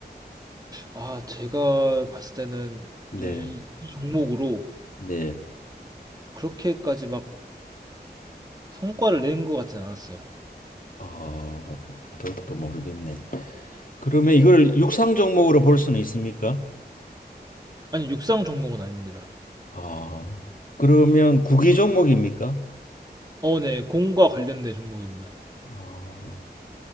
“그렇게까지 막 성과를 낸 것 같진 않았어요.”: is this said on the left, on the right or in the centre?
Right